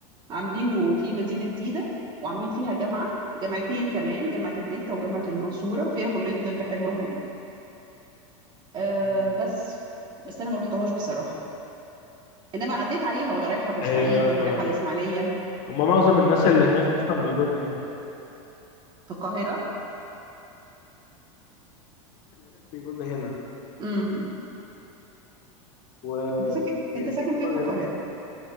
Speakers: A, on the right (about 25°); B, on the left (about 45°).
A: عاملينه في مدينة جديدة وعاملين فيها جامعة جامعتين كمان جامعة الدلتا وجامعة المنصورة وفيها كلية طب حلوة هناك أه
B: مم.
A: بس بس أنا ما رحتهاش بصراحة إنما عديت عليها وأنا رايحة بورسعيد
B: إيه
A: وأنا
B: ب...
A: رايحة الإسماعيلية
B: هما معظم الناس اللي هناك اصلا بيجوا لنا هنا
A: في القاهرة
B: اللي هناك بيجوا لنا هنا
A: امم
B: والطلبة
A: أنت ساكن أنت ساكن فين
B: اللي
A: في القاهرة؟
B: هناك